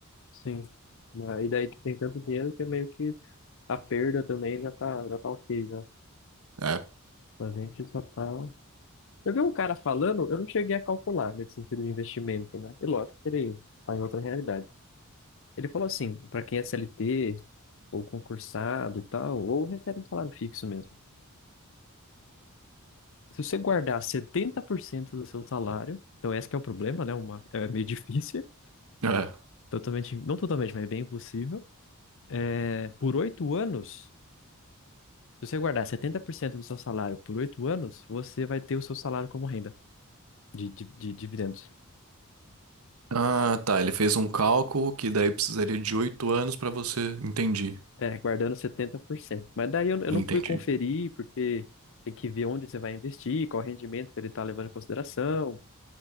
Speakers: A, on the left (about 60°); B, on the right (about 70°).
A: sim. Mas, e daí tem tanto dinheiro que é meio que a perda também já tá, já tá ok, já.
B: É.
A: A gente só tá. Eu vi um cara falando, eu não cheguei a calcular nesse sentido de investimento, né? E lógico, teria tá em outra realidade. Ele falou assim, para quem é CLT, ou concursado e tal, ou recebe um salário fixo mesmo. Se você guardar 70% do seu salário, então esse que é o problema, né? Uma, é meio difícil,
B: É.
A: totalmente, não totalmente, mas bem impossível. É, por oito anos, se você guardar 70% do seu salário por oito anos, você vai ter o seu salário como renda de, de, de dividendos.
B: Ah, tá. Ele fez um cálculo que daí precisaria de oito anos pra você. Entendi.
A: É, guardando 70%. Mas daí eu, eu
B: Entendi.
A: não fui conferir, porque tem que ver onde você vai investir, qual rendimento que ele está levando em consideração.